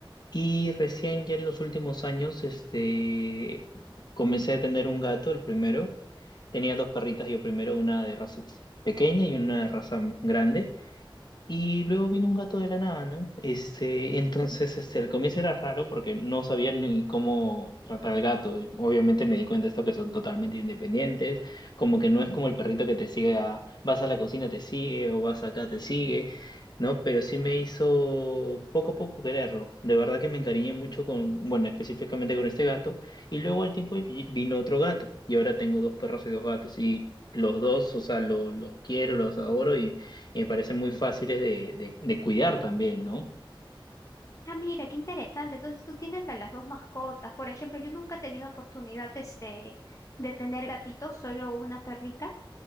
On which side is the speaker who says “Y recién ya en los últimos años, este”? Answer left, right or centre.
Left